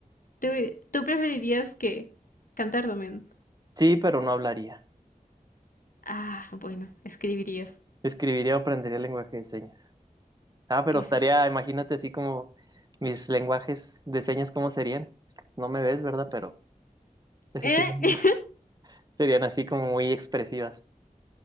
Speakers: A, on the left; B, on the right.
A: ¿Tú, tú preferirías que cantar también?
B: Sí, pero no hablaría.
A: Ah, bueno, escribirías.
B: Escribiría o aprendería lenguaje de señas. Ah, pero
A: Eso.
B: estaría, imagínate así como mis lenguajes de señas, ¿cómo serían? No me ves, ¿verdad? Pero así
A: ¿Eh?
B: serían,
A: <laughs>
B: muy- <laughs> serían así como muy expresivas.